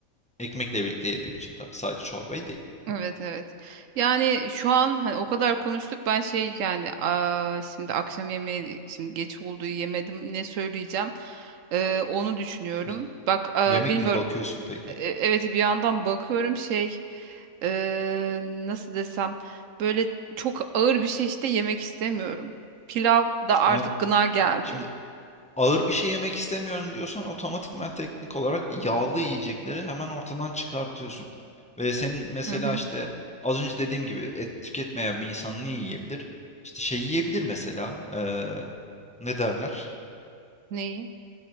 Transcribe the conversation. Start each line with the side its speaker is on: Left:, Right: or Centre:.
Centre: Ekmekle birlikte yediğim için tabii sadece çorbayı değil.
Right: Evet, evet. Yani şu an hani o kadar konuştuk ben şey yani aa, şimdi akşam yemeği şimdi geç olduğu yemedim ne söyleyeceğim Ee, onu düşünüyorum.
Centre: Y-
Right: Bak aa,
Centre: Yemek
Right: bilmiyorum.
Centre: mi bakıyorsun peki?
Right: E- Evet bir yandan bakıyorum şey eee, nasıl desem böyle çok ağır bir şey işte yemek istemiyorum. Pilav da artık
Centre: Yani
Right: gına geldi.
Centre: şimdi ağır bir şey yemek istemiyorum diyorsan otomatikman teknik olarak yağlı yiyecekleri hemen ortadan çıkartıyorsun. Ve senin mesela
Right: Hı hı.
Centre: işte az önce dediğim gibi et tüketmeyen bir insan ne yiyebilir? İşte şey yiyebilir mesela eee, ne derler?
Right: Neyi?